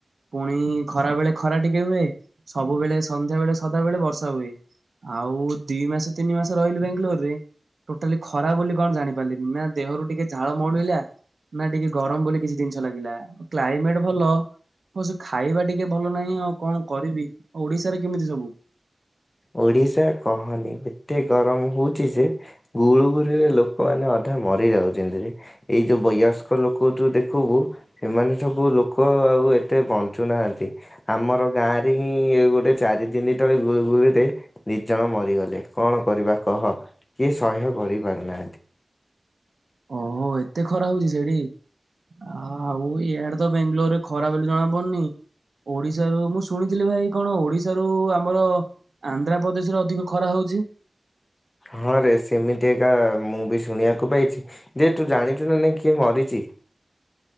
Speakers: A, on the right; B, on the left.
A: ପୁଣି ଖରା ବେଳେ ଖରା ଟିକେ ହୁଏ। ସବୁବେଳେ ସନ୍ଧ୍ୟା ବେଳେ ସଦାବେଳେ ବର୍ଷା ହୁଏ। ଆଉ ଦି ମାସ ତିନି ମାସ ରହିଲ ବାଙ୍ଗାଲୋର ରେ। ଟୋଟାଲି ଖରାପ ବୋଲି କଣ ଜାଣିପାରିଲିନି ନା ଦେହରୁ ଟିକେ ଝାଳ ମଉଳୁିଲା ନା ଟିକେ ଗରମ ବୋଲି କିଛି ଜିନିଷ ଲାଗିଲା କ୍ଲାଇମେଟ ଭଲ। ହଉ ସେ ଖାଇବା ଟିକେ ଭଲ ନାହିଁ ଆଉ କଣ କରିବି ଓଡିଶାରେ କେମିତି ସବୁ?
B: ଓଡିଶା କହନି ଏତେ ଗରମ ହଉଚ ଯେ। ଗୁଳୁଗୁଳିରେ ଲୋକମାନେ ଅଧା ମରିଯାଉଛନ୍ତିରେ। ଏଇ ଯୋଉ ବୟସ୍କ ଲୋକ ଯୋଉ ଦେଖିବୁ ଏମାନେ ସବୁ ଲୋକ ଆଉ ଏତେ ବଞ୍ଚୁନାହାନ୍ତି। ଆମର ଗାଁ ରେ ହିଁ ଗୋଟେ ଚାରି ଦିନ ତଳେ ଗୁଳି ଗୁଳି ସେ ନିଜଣ ମରିଗଲେ କଣ କରିବା କହ କିଏ ସହ୍ୟ କରିପାରୁନାହାନ୍ତି।
A: ଓହୋ ଏତେ ଖରା ହଉଛି ସେଇଠି? ଆ ଆଉ ଏଇଆଡେ ତ ବାଙ୍ଗାଲୋରରେ ଖରା ବୋଲି ଜଣା ପଡନି। ଓଡିଶାରୁ ମୁଁ ଶୁଣିଥିଲି ଭାଇ କଣ ଓଡିଶାରୁ ଆମର ଆନ୍ଧ୍ରପ୍ରଦେଶ ରେ ଅଧିକ ଖରା ହଉଛି।
B: ହଁ ରେ ସେମିତି ଏକା ମୁଁ ବି ଶୁଣିବାକୁ ପାଇଚି ଯେ ତୁ ଜାଣିଚୁ ନା ନାଇଁ କିଏ ମରିଚି।